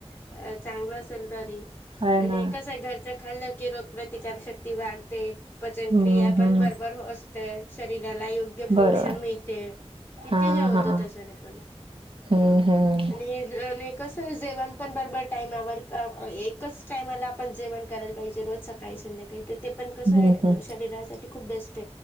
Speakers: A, on the left; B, on the right.
A: अ चांगलं असेल तरी
B: आहे
A: आणि
B: ना.
A: कस घरच्या खाल्लं की र प्रतिकारशक्ती वाढते पचनक्रिया
B: हं, हं.
A: पण बरोबर असते. शरीराला योग्य पोषण
B: बरोबर.
A: मिळते किती
B: हां,
A: हे होतं
B: हां.
A: त्याच्याने पण
B: हं,
A: ह
B: हं.
A: आणि <unintelligible> कस जेवण पण बरोबर टाईमावर एकच टाइमाला आपण जेवण करायला पाहिजे. ज रोज सकाळी संध्याकाळी, ते पण कसं
B: हं,
A: आहे
B: हं.
A: शरीरासाठी खूप बेस्ट.